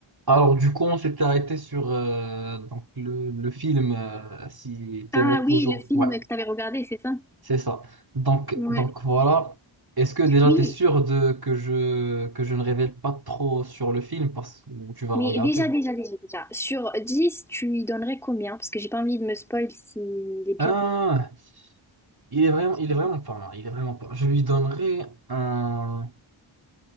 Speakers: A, on the right (about 50°); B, in the centre.
A: Alors du coup, on s'était arrêté sur euh, donc le, le film, euh, si t'aimerais
B: Ah
A: toujours.
B: oui, le film
A: Ouais,
B: que tu avais regardé, c'est ça?
A: c'est ça. Donc,
B: Ouais.
A: donc voilà. Est-ce que déjà
B: Oui,
A: t'es sûr de que je que je ne révèle pas trop sur le film parce que tu vas
B: mais
A: le regarder?
B: déjà, déjà, déjà, déjà. Sur 10, tu lui donnerais combien? Parce que j'ai pas envie de me spoil s'il est bien.
A: Ah, il est vraiment,
B: sur
A: il
B: 10.
A: est vraiment pas mal. Il est vraiment pas. mal. Je lui donnerai un,